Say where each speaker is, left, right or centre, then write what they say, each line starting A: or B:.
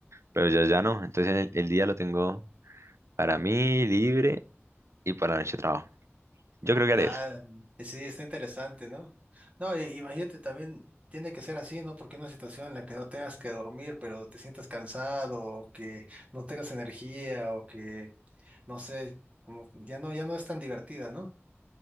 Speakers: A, on the right; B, on the right.
A: pero ya ya no. Entonces el, el día lo tengo para mí libre y para la noche trabajo. Yo creo que haré
B: Ah,
A: eso.
B: sí, está interesante, ¿no? No, i- imagínate también, tiene que ser así, ¿no? Porque una situación en la que no tengas que dormir, pero te sientas cansado, o que no tengas energía, o que, no sé, como ya no, ya no es tan divertida, ¿no?